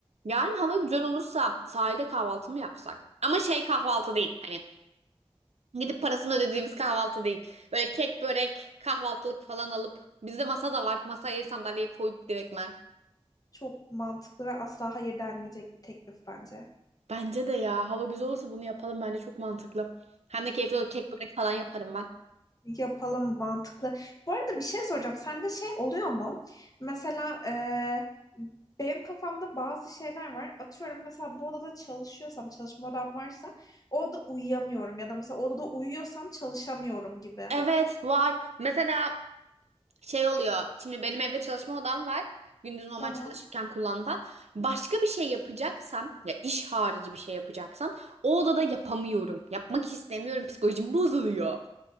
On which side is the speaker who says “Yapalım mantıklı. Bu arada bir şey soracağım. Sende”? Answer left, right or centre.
Left